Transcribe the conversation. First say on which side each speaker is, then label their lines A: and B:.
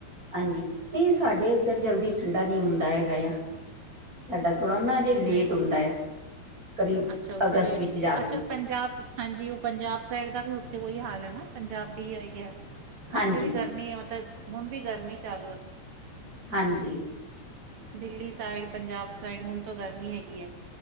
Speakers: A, on the right; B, on the right.
A: ਹਾਂਜੀ ਨਹੀਂ ਸਾਡੇ ਇੱਧਰ ਜਲਦੀ ਠੰਡਾ ਨਹੀਂ ਹੁੰਦਾ ਹੈਗਾ ਆ। ਸਾਡਾ ਥੋੜਾ ਨਾ ਅਜੇ ਲੇਟ
B: ਨਹੀਂ
A: ਹੁੰਦਾ ਹੈ। ਕਰੀਬ
B: ਅੱਛਾ ਉੱਥੇ
A: ਅਗਸਤ
B: ਲੇਟ
A: ਵਿੱਚ ਜਾ ਕੇ
B: ਅੱਛਾ ਪੰਜਾਬ ਹਾਂਜੀ ਉਹ ਪੰਜਾਬ ਸਾਈਡ। ਦਾ ਵੀ ਉਥੇ ਉਹੀਂ ਹਾਲ ਹੈ ਨਾ ਪੰਜਾਬੀ <unintelligible>
A: ਹਾਂਜੀ
B: ਉੱਥੇ ਵੀ ਗਰਮੀ ਹੈ। ਮਤਲਬ ਹੁਣ ਵੀ ਗਰਮੀ ਚੱਲ।
A: ਹਾਂਜੀ।
B: ਦਿੱਲੀ ਸਾਈਡ ਪੰਜਾਬ ਸਾਈਡ ਹੁਣ ਤੋਂ ਗਰਮੀ ਹੈਗੀ ਹੈ।